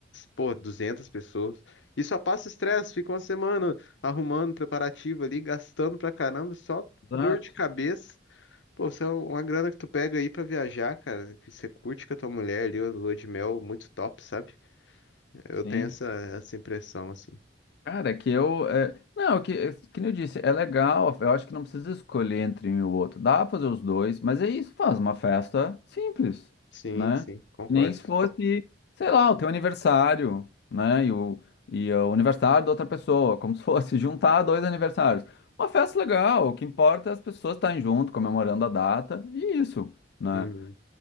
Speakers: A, on the left; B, on the left.
A: pô, 200 pessoas. E só passa estresse, fica uma semana arrumando preparativo ali, gastando pra caramba, só
B: exato,
A: dor de cabeça. Pô, isso é uma grana que tu pega aí pra viajar, cara, que você curte com a tua mulher ali, a lua de mel, muito top, sabe? Eu
B: sim.
A: tenho essa, essa impressão, assim.
B: Cara, é que eu. É... Não, é que, é- que nem eu disse, é legal. Eu acho que não precisa escolher entre um e o outro. Dá pra fazer os dois, mas é isso, faz uma festa simples,
A: Sim,
B: né?
A: sim, concordo.
B: Nem se fosse, sei lá, o teu aniversário, né? E o, e o aniversário da outra pessoa, como se fosse <laughs> juntar dois aniversários. Uma festa legal, o que importa é as pessoas estarem junto, comemorando a data, e isso, né?
A: Uhum,